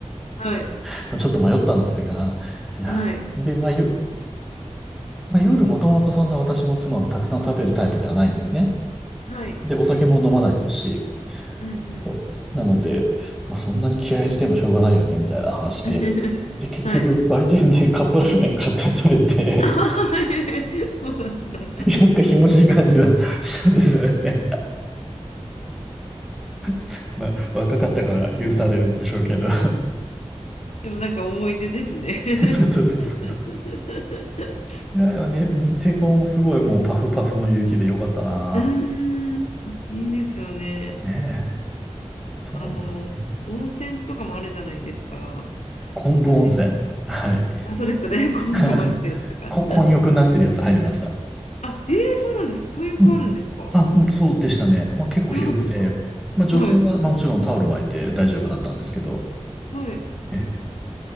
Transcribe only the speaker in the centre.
<laughs> まあちょっと迷ったんですが、いや、
そで、まあ、よ、まあ、夜もともとそんな私も妻もたくさん食べるタイプではないんですね。
で、お酒も飲まないですし、
そう。なので、まあ、そんなに気合い入れてもしょうがないよね、みたいな話で。
で、結局、
売店でカップラーメン買って食べて
なんかひもじい感じは <laughs> したんですよね。<laughs> まあ、若かったから許されるんでしょうけど。
<laughs> そうそうそうそうそう。
いやいや、ね、ニセコもすごいもうパフパフの雪でよかったな。
ねえ。そうなんですね。
昆布温泉。
はい。
<laughs> こ、混浴になってるやつ入りました。
うん。あ、うんそうでしたね。まあ結構広くて、
まあ女性はまあもちろんタオル巻いて大丈夫だったんですけど、
ええ